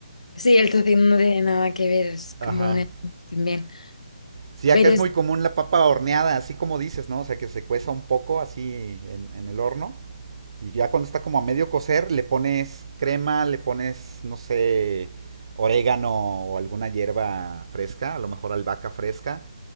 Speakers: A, on the left (about 80°); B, on the right (about 55°).
A: Sí, el tocino no tiene nada que ver, es
B: Ajá.
A: como un... también.
B: Sí, acá
A: Pero
B: es
A: es,
B: muy común la papa horneada, así como dices, ¿no? O sea, que se cueza un poco así en, en el horno y ya cuando está como a medio cocer le pones crema, le pones, no sé, orégano o alguna hierba fresca, a lo mejor albahaca fresca